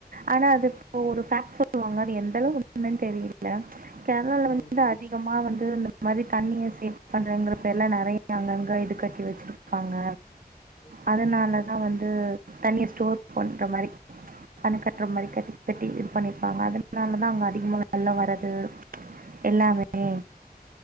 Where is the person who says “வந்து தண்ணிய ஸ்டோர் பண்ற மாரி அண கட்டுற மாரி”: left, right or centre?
Right